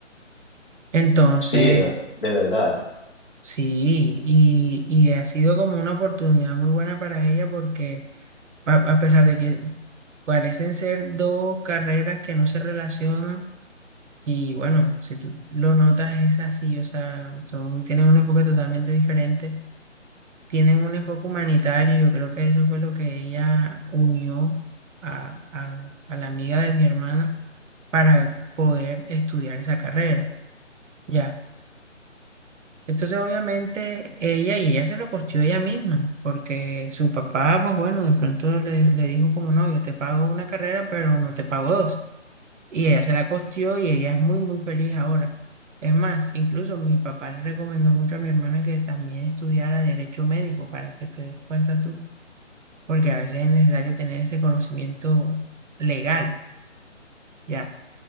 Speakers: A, on the right (about 75°); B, on the left (about 45°).
A: Entonces,
B: Sí, de de verdad.
A: sí, y, y ha sido como una oportunidad muy buena para ella porque a, a pesar de que parecen ser dos carreras que no se relacionan, Y bueno, si tú lo notas es así, o sea, son, tienen un enfoque totalmente diferente, tienen un enfoque humanitario, yo creo que eso fue lo que ella unió a, a- a la amiga de mi hermana para poder estudiar esa carrera, ya. Entonces, obviamente, ella y ella se lo costeó ella misma, porque su papá, pues bueno, de pronto le, le dijo como, no, yo te pago una carrera, pero no te pago dos. Y ella se la costeó y ella es muy, muy feliz ahora. Es más, incluso mi papá le recomendó mucho a mi hermana que también estudiara derecho médico para que te des cuenta tú, porque a veces es necesario tener ese conocimiento legal, ya.